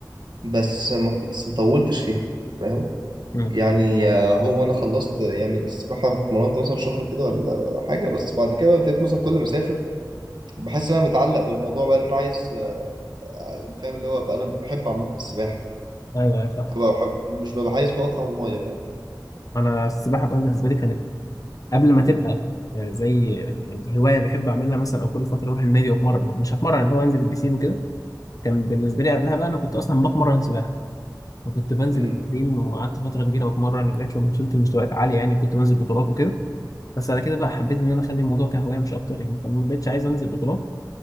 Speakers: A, on the right (about 80°); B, on the left (about 50°).
A: بس ما في... بس مطولتش فيها فاهم
B: امم
A: يعني آه، هو انا خلصت آه، يعني السباحه اتمرنت مثلا شهر كده ولا حاجه بس بعد كده بقى ابتديت مثلا كل ما اسافر بحس ان انا متعلق بالموضوع بقى ان انا عايز آه، فاهم اللي هو بقى انا بحب عامه السباحه يعني
B: أيوه أيوه فاهم
A: فبقى بحب مش ببقى عايز بقى اطلع من الميه فاهم
B: أنا السباحة بقى بالنسبة لي كانت قبل ما تبقى زي يعني هواية بحب أعملها مثلا أو كل فترة أروح النادي وأتمرن مش هتمرن اللي هو أنزل البسين وكده كان بالنسبه لي قبلها بقى انا كنت اصلا بتمرن سباحه وكنت بنزل
A: امم
B: التمرين وقعدت فتره كبيره بتمرن لغايه لما وصلت لمستويات عاليه يعني كنت بنزل بطولات وكده بس على كده بقى حبيت ان انا اخلي الموضوع كهوايه مش اكتر يعني فما بقتش عايز انزل بطولات